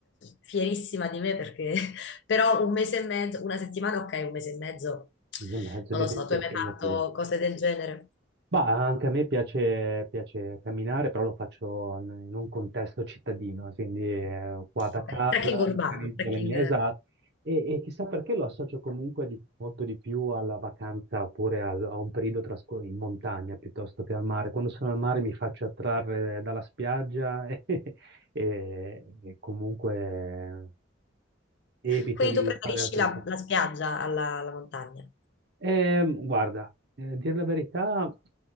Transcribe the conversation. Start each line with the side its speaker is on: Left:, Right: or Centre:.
Left: Fierissima di me perché <laughs> però un mese e mezzo, una settimana, ok, un mese e mezzo,
Right: Due e mezzo
Left: non
Right: diventa
Left: lo so, tu
Right: impegnativo.
Left: hai mai fatto cose del genere?
Right: Ma anche a me piace, piace camminare, però lo faccio n- in un contesto cittadino, quindi eh, qua da
Left: Ok,
Right: casa
Left: trekking urbano,
Right: mi organizzo
Left: trekking...
Right: le mie esatto. E, e chissà perché lo associo comunque di- molto di più alla vacanza oppure al- a, un periodo trascor- in montagna piuttosto che al mare. Quando sono al mare mi faccio attrarre dalla spiaggia <laughs> e, e- e comunque
Left: <laughs>
Right: eh, evito
Left: Quindi
Right: di
Left: tu preferisci
Right: fare altre
Left: la,
Right: cose.
Left: la spiaggia alla, alla montagna? Ok,
Right: Ehm, guarda, eh, dire la verità,